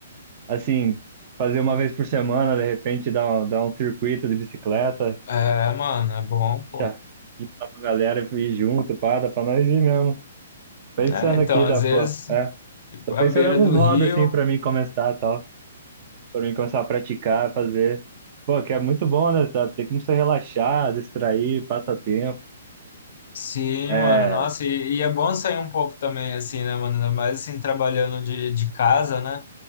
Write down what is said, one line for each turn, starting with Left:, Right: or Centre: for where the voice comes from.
Right: Assim, fazer uma vez por semana, de repente dar, um- dar um circuito de bicicleta,
Left: É, mano, é bom, pô.
Right: já, juntar uma galera e ir junto, pá, dá pra nós ir mesmo. Pensando
Left: É, então,
Right: aqui,
Left: às
Right: dá, pô,
Left: vezes,
Right: é.
Left: ir
Right: Tô
Left: à
Right: pensando
Left: beira
Right: em alguns
Left: do
Right: hobbies,
Left: rio.
Right: assim, pra mim começar, tal. Pra mim começar a praticar, fazer. Pô, que é muito bom, né? Tá? Tem como você relaxar, distrair, passar tempo.
Left: Sim,
Right: É,
Left: mano, nossa, e, e é bom sair um pouco também, assim, né, mano? Ainda mais assim, trabalhando de, de casa, né?